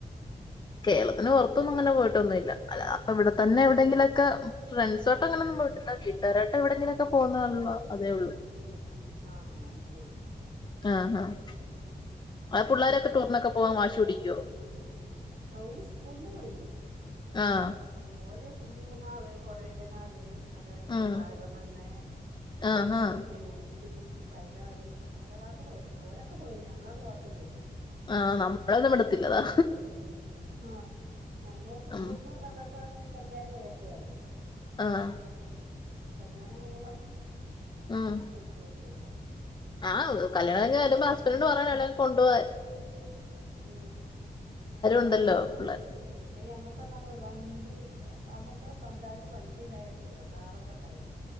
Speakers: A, on the left; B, on the right.
A: കേരളത്തിന് പുറത്തൊന്നും ഇങ്ങനെ പോയിട്ടൊന്നുമല്ല അല്ല ഇവിടെത്തന്നെ എവിടെങ്കില ക്കെ ഫ്രണ്ട്സോട്ടും അങ്ങനെൊന്നും പോയിട്ടില്ല വീട്ടുകാരട്ട് എവിടെങ്കിലൊക്കെ പോകുന്നുള്ളള്ള അതേ ഉള്ളൂ
B: ആഹ ശരി
A: ആഹ ഹഹ ആ പിള്ളോരൊക്കെ ടൂറിനൊക്കെ പോവാൻ വാശി പിടിക്കുവോ
B: ആ ഓടി സ്കൂളന്ന് പോയിന്
A: ആഹ
B: ഒരു മൂന്നാറ് കൊടകനാല് അതേപോലെ
A: ഉം
B: വാഗമണ്ണ്
A: ആഹ്
B: മൈസൂര്
A: ആഹ്
B: കുട്ടി വയനാട് അതോക്കെ പോയിണ്ട് ഒരൊക്കെ പോയിണ്ട് ഞമ്മള പോവാത്തുള്ളി
A: ആഹ നമ്മളന്നും വിടത്തില്ല അതാ
B: ആ നഞമ്മള് സ്കൂളന്ന്
A: ഉം
B: പറന്നപ്പോന്ന് കല്യാണ യാത്രയാണ്
A: ആഹ
B: കല്യാണം കഴിഞ്ഞപ്പോ
A: ഉം
B: ഇവിടുന്ന് പോക്കില്ല
A: ആഹ് കല്യാണം കഴിഞ്ഞു വരുമ്പോ ഹസ്ബൻഡ പറഞ്ഞല്ലെ കൊണ്ടുപോൻ
B: ഉ
A: ഉണ്ടല്ലോ
B: അ നമ്മള്
A: പിള്ളേ
B: അ നമ്മുക്ക് നമ്മ വണ്ടി- നമ്മുക്ക് സ്വന്തമായിട്ട് വണ്ടി ഉണ്ടായ സുഖ കാറൊക്കെ ഉണ്ടായേ